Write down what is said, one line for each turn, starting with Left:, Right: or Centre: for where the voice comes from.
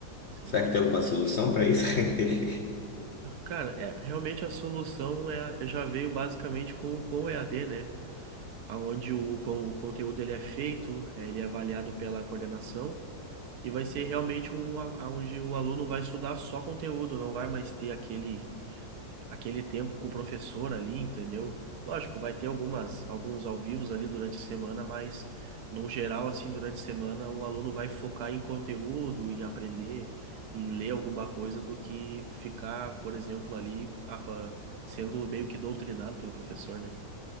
Right: Sim.
Left: Será que tem alguma solução para isso? <laughs>
Right: Cara, é, realmente a solução é, a- já veio basicamente com, com o EAD, né? Onde o, con- o conteúdo ele é feito, eh, ele é avaliado pela coordenação. E vai ser realmente um a- onde o aluno vai estudar só conteúdo, não vai mais ter aquele, aquele tempo com o professor ali, entendeu? Lógico, vai ter algumas, alguns ao vivos ali durante a semana, mas no geral, assim, durante a semana, o aluno vai focar em conteúdo, em aprender, em ler alguma coisa, do que ficar, por exemplo, ali apa- sendo meio que doutrinado pelo professor, né?